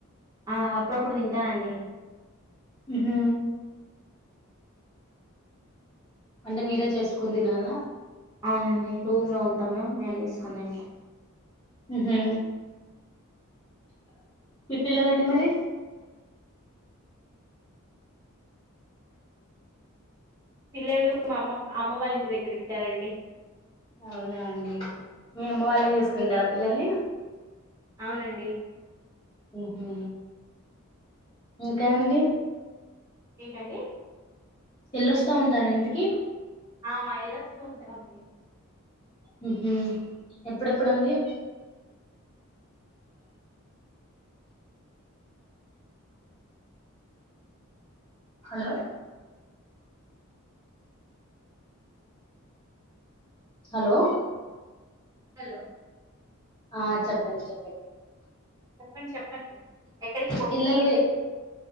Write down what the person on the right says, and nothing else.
ఆ అప్పుడప్పుడు తింటానండి
అవునండి రూమ్ లో ఉంటాం మేం మేమే జేస్కోన్ తింట్
పిల్లలు మా అమ్మ అమ్మ వాళ్ళ ఇంటి దగ్గర ఉంటారండి
అవునండి
ఏంటండి
ఆ ఎలా వస్తూ ఉంటా అండి
హలో
చెప్పండి చెప్పండి ఎక్కడికి